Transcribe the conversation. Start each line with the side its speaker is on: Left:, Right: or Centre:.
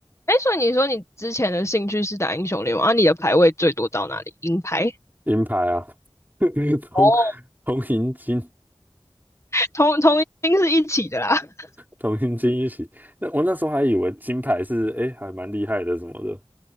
Left: 哎，所以你说你之前的兴趣是打英雄联盟啊？你的排位最多到哪里？银牌，
Right: 银牌啊，<laughs> 同
Left: 哦，
Right: 同银金，
Left: 同同一定是一起的啦。<laughs>
Right: 同银金一起。那我那时候还以为金牌是哎、诶还蛮厉害的什么的，